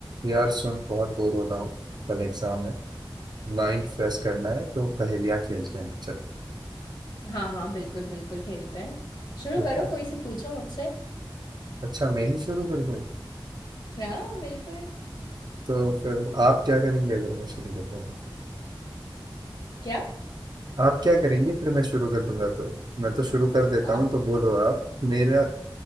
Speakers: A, on the right; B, on the left.
A: यार सुन बहुत बोर हो रहा हूँ कल एग्जाम है माइंड फ्रेश करना है तो पहेलियाँ खेलते हैं चल
B: हाँ, हाँ, बिल्कुल, बिल्कुल खेलते हैं। शुरू
A: ठीक
B: करो,
A: है
B: कोई से पूछो मुझसे।
A: अच्छा मैं ही शुरू कर दूँ
B: हाँ, बिल्कुल।
A: तो फिर आप क्या करेंगे अगर मैं शुरू कर दूंगा तो?
B: क्या?
A: आप क्या करेंगे फिर मैं शुरू कर दूंगा तो मैं तो शुरू कर देता हूँ
B: आप
A: तो बोलो आप मेरा